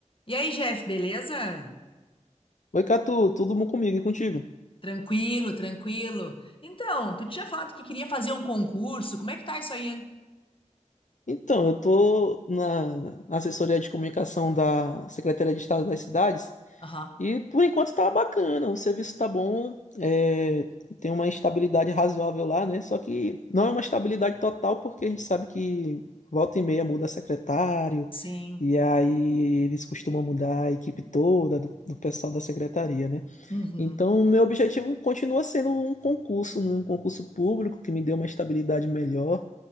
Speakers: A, on the left; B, on the left.
A: E aí, Jeff, beleza?
B: Oi, Catu, tudo bom comigo e contigo?
A: Tranquilo, tranquilo. Então, tu tinha falado que queria fazer um concurso. Como é que tá isso aí?
B: Então, eu tô na assessoria de comunicação da Secretaria de Estado das Cidades
A: Aham,
B: e por enquanto tá bacana, o serviço tá bom, é, tem uma estabilidade razoável lá, né? Só que não é uma estabilidade total porque a gente sabe que volta e meia muda secretário
A: sim.
B: e aí eles costumam mudar a equipe toda do, do pessoal da secretaria, né?
A: Uhum.
B: Então, meu objetivo continua sendo um concurso, né? Um concurso público que me dê uma estabilidade melhor